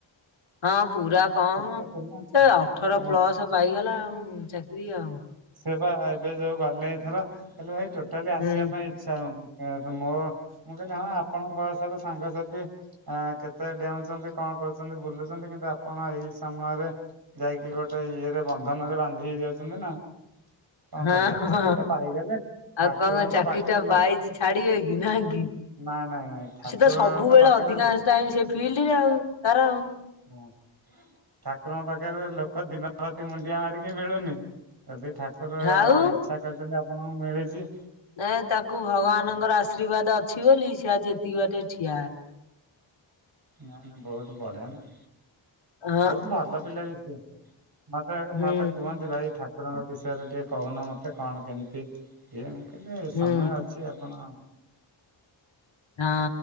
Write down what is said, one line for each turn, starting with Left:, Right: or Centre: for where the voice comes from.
Left: ହଁ ପୁରା କମ
Right: ଛୋଟ ପିଲା
Left: ସେ ଅଠର
Right: ପୁରା
Left: ପ୍ଲସ ପାଇଗଲା ଆଉ ଚାକିରି ଆଉ।
Right: ସେ ବା ଏବେ ଯୋଉଁ ଗଲେ ଏଇଥର କଇଲେ ଭାଇ ଟୋଟାଲି ଆସିବା
Left: ହୁଁ।
Right: ପାଇଁ ଇଚ୍ଛା ହେଉନି। ମୋ ମୁଁ କହିଲି ହଁ ଆପଣଙ୍କ ବୟସର ସାଙ୍ଗସାଥି ଆ କେତେ ଡେଁଉଛନ୍ତି କଣ କରୁଛନ୍ତି ବୁଲୁଛନ୍ତି କିନ୍ତୁ ଆପଣ ଏଇ ସମୟରେ ଯାଇକି ଗୋଟେ ଇଏ ରେ ବନ୍ଧନ ରେ ବାନ୍ଧି ହେଇ ଯାଉଛନ୍ତି ନା। କଣ
Left: ହଁ
Right: କରିବା
Left: ହଁଁ
Right: ଚାକିରି ଟା ପାଇଗଲେ
Left: ଆଉ
Right: ଠାକୁରଙ୍କ
Left: କଣ ଚାକିରି
Right: ପାଖରେ
Left: ଟା ପାଇଛି ଛାଡିବ କି ନାଁହି କି।
Right: ନାଇଁ ନାଇଁ ନାଇଁ। ଠାକୁରଙ୍କ
Left: ସେ ତ ସବୁବେଳେ
Right: ପାଖରେ
Left: ଅଧିକାଂଶ ଟାଇମ ସେ ଫିଲ୍ଡରେ ଆଉ ତାର ଆଉ।
Right: ହଁ ଠାକୁରଙ୍କ ପାଖରେ ଲୋକ ଦିନ ରାତି ମୁଣ୍ଡିଆ ମାରିକି ମିଳୁନି। ଯଦି ଠାକୁର
Left: ଆଉ
Right: ଇଚ୍ଛା କରିଛନ୍ତି ଆପଣଙ୍କୁ ମିଳିଚି।
Left: ନାଇଁ ତାକୁ ଭଗବାନଙ୍କର ଆଶୀର୍ବାଦ ଅଛି ବୋଲି ସେ ଆଜି ଏତିକି ବାଟେରେ ଠିଆ ହେଲା।
Right: ନାଇଁ ନାଇଁ ବୋହୁତ ବଢ଼ଆ ନା।
Left: ହଁ
Right: ବୋହୁତ ଭଲ ପିଲା ବି ସିଏ ମତେ
Left: ହୁଁ
Right: ମତେ କୁହନ୍ତି ଭାଇ ଠା ଠାକୁରଙ୍କ ବିଷୟରେ ଟିକେ କହୁନ ମତେ କଣ କେମିତି ଇଏ ମୁଁ କହିଲି
Left: ହୁଁ
Right: ସମୟ ଅଛି। <unintelligible> ଆପଣ
Left: ହଁ।